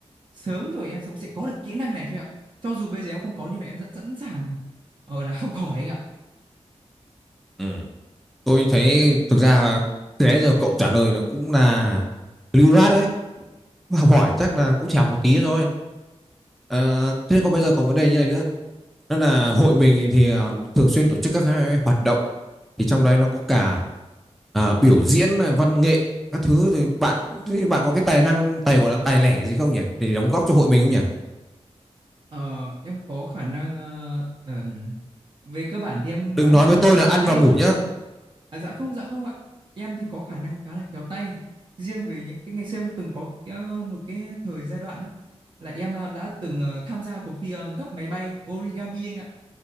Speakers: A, on the right (about 45°); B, in the centre.
A: sớm rồi em sẽ cũng sẽ có được kỹ năng này thôi ạ. Cho dù bây giờ em không có nhưng mà em rất sẵn sàng ở là học hỏi anh ạ.
B: ừ. tôi thấy thực ra từ nãy giờ cậu trả lời nó cũng là lưu loát đấy học hỏi chắc là cũng chỉ học một tí thôi Ờ, thế còn bây giờ còn vấn đề như này nữa đó là hội mình thì ờ, thường xuyên tổ chức các cái hoạt động thì trong đấy nó có cả ờ, biểu diễn này, văn nghệ các thứ thì bạn thì bạn có cái tài năng tài gọi là tài lẻ gì không nhỉ để đóng góp cho hội mình không nhỉ
A: Ờ, em có khả năng ờ, ờm, về cơ bản thì em nói
B: đừng
A: em
B: nói với
A: khá là
B: tôi
A: khéo
B: là ăn
A: tay.
B: và ngủ nhá
A: À, dạ không, dạ không ạ. Em thì có khả năng khá là khéo tay. Riêng về những cái ngày xưa em từng có ờ, một cái thời giai đoạn á là em ờ, đã từng ờ, tham gia cuộc thi ờ, gấp máy bay origami anh ạ.